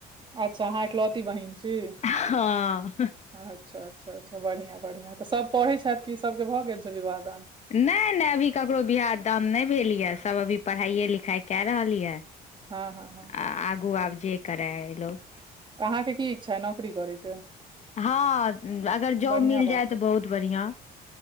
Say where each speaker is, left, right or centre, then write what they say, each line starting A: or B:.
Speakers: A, on the right (about 30°); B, on the left (about 40°).
A: अच्छा अहाँ एकलौती बहिन छी
B: हँ
A: अच्छा अच्छा अच्छा बढ़िया बढ़ियाँ तऽ सब पढ़ै छथि कि सबके भऽ गेल छै विवाह दान
B: नै नै अभी ककरो बिआह दाम नै भेलैया सब अभी पढ़ाइए लिखाइ कए रहल यए
A: हँ हँ हँ
B: आ आगू आब जे करै अइ लोग
A: त अहाँके की इच्छा अई नौकरी करयके
B: हँ अगर जॉब
A: बढ़िआँ
B: मिल
A: बात
B: जाय तऽ
A: अइ
B: बहुत बढ़िऑं